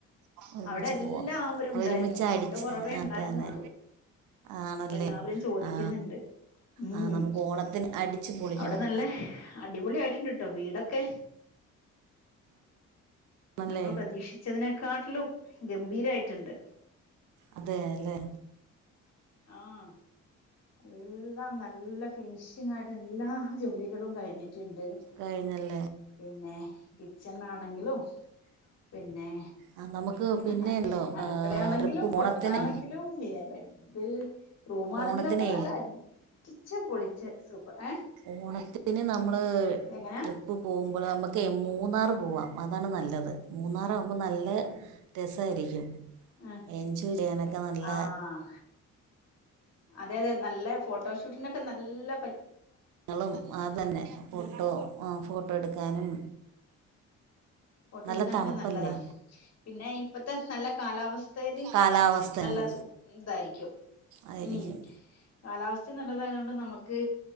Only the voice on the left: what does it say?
അവിടെ എല്ലാവരും
ഉണ്ടായിരുന്നു
നിന്റെ കുറവേ
ഉണ്ടായിരുന്നുള്ളു
അപ്പൊ എല്ലാവരും ചോദിക്കുന്നുണ്ട്
ഉം
അവിടെ നല്ല അടിപ പൊളി ആയിട്ടിണ്ട്ട്ടോ വീടൊക്കെ
നമ്മള് പ്രതീക്ഷിച്ചതിനെക്കാട്ടിലും ഗംഭീരായിട്ടുണ്ട്
ആഹ എല്ലാം നല്ല ഫിനിഷിംഗ ആയിട്ട് എല്ലാ ജോലികളും കഴിഞ്ഞി ട്ടിണ്ട്
പിന്നെ കിച്ചൺ ആണെങ്കിലും പിന്നെ
അത അടുക്കള യാണെങ്കിലും
പുറത്താണെങ്കിലും
ഇത് റൂമാണെങ്കിലൊക്കെ
നല്ല അടിച്ച പൊളിച്ച സൂപ്പർ ഏ
എങ്ങനാ
ആഹ്
ആഹ് അതെ അതെ നല്ല ഫോട്ടോഷൂട്ടിനൊക്കെ നല്ല പ
ഫോട്ട
എടുക്കാനൊക്കെ
നല്ലതാ പിന്നെ ഇപ്പത്തെ നല്ല കാലാവസ്ഥയില്
നല്ല സ ഇതായിരിക്കും
ഉം കാലാവസ്ഥ നല്ലതായത കൊണ്ട് നമുക്ക്